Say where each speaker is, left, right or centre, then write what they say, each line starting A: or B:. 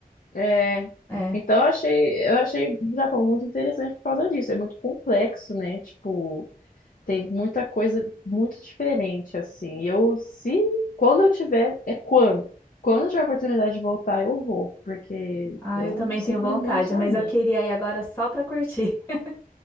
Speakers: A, on the left (about 60°); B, on the left (about 20°).
A: é,
B: É.
A: então eu achei, eu achei o Japão muito interessante por causa disso. É muito complexo, né? Tipo, Tem muita coisa muito diferente, assim. E eu, se, quando eu tiver, é quando. Quando eu tiver a oportunidade de voltar, eu vou, porque
B: Ah,
A: eu
B: eu também
A: simplesmente
B: tenho vontade,
A: amei.
B: mas eu queria ir agora só pra curtir. <laughs>